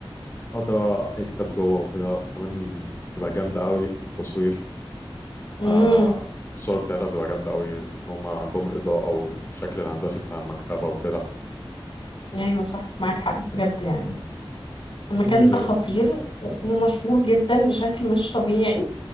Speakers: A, on the left (about 25°); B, on the left (about 60°).
A: اقدر اقرا اي كتاب جوه وكده وكمان ال- بتبقى جامده قوي في التصوير
B: امم
A: آه الصور بتاعتها بتبقى جامده قوي ان هم عندهم الاضاءه والشكل الهندسي بتاع المكتبه وكده
B: ايوه صح معاك حق بجد يعني المكان
A: مم،
B: ده
A: ده
B: خطير و- ومشهور جدا بشكل مش طبيعي